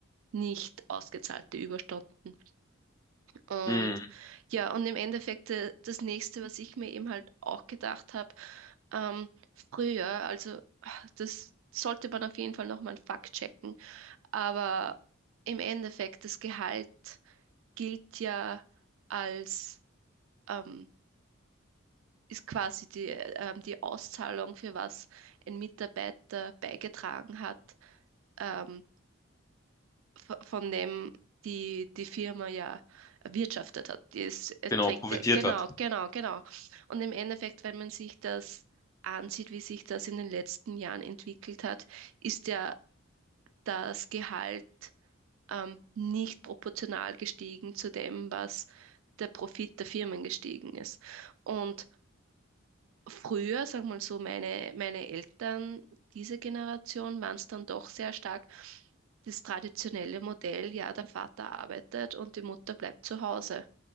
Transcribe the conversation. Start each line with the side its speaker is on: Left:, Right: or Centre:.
Right: nicht ausgezahlte Überstunden. Und
Left: Mm,
Right: ja, und im Endeffekt äh, das nächste, was ich mir eben halt auch gedacht habe, ähm, früher, also ah, das sollte man auf jeden Fall nochmal einen Fakt checken aber im Endeffekt das Gehalt gilt ja als, ähm, ist quasi die, äh, ähm, die Auszahlung, für was ein Mitarbeiter beigetragen hat. Ähm, v- von dem die, die Firma ja erwirtschaftet hat. Die ist, es
Left: genau,
Right: trägt
Left: profitiert
Right: ja, genau,
Left: hat.
Right: genau, genau. Und im Endeffekt, wenn man sich das ansieht, wie sich das in den letzten Jahren entwickelt hat, ist ja das Gehalt ähm, nicht proportional gestiegen zu dem, was der Profit der Firmen gestiegen ist. Und früher, sagen wir mal so, meine, meine Eltern, diese Generation, waren es dann doch sehr stark das traditionelle Modell, ja, der Vater arbeitet und die Mutter bleibt zu Hause.